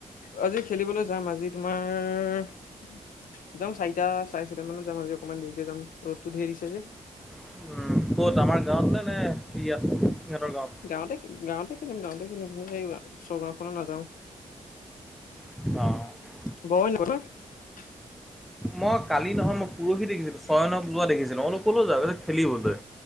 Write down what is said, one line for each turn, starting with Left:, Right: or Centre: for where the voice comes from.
Left: আজি খেলিবলৈ যাম আজি তোমাৰ যাম চাৰিটা চাৰে চাৰিটা মানত যাম আজি অকমান দেৰিকে যাম ৰ'দটো ধেৰ দিছে যে।
Centre: উম, ক'ত আমাৰ গাঁৱত নে, নে ইয়াত ইহঁতৰ গাঁৱত
Left: গাঁৱতে গাঁৱতে খেলিম গাঁৱতে খেলিম এই ওচৰ গাঁওখনত নাযাওঁ।
Centre: অ',
Left: <unintelligible>
Centre: মই কালি নহয় মই পৰহি দেখিছিলো চয়নক যোৱা দেখিছিলো মই বোলো ক'লৈ যোৱা কৈছে খেলিবলৈ।